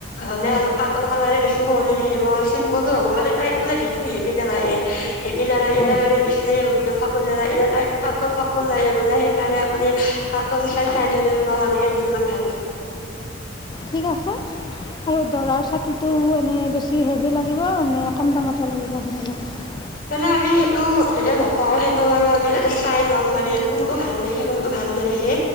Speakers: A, on the left; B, on the left.
A: হলে
B: হয়
A: অলপ কাটন <unintelligible> কালাৰ বেছি সুৱলি <unintelligible> নখিব <unintelligible> চিমুলো হ'ব মানে তাইত <unintelligible> মানে বিেছি হেমি <unintelligible> নালাগে হেমি নালাগে
B: হয়
A: মানে বিেছি উন কাপোৰ নালাগে তাই <unintelligible> কাটন কাপোৰ লাগে বোলে সেইকাৰণে আপুনি কাটন চাই চাই থ <unintelligible> া <unintelligible> সেজনমান ভাল চায়
B: ঠিক আছে আৰু দৰাৰ ছাতিটো এনেই বেছি হেভি লাগিব নে কম দামতে লাগিব আপোনালোকক
A: মানে আমি সেইটো হে নকওঁ সেইটো বাৰু আমি ত চাই ল'ম মানে কোনটো ভাল নেখি কোনটো ভাল নেদেখি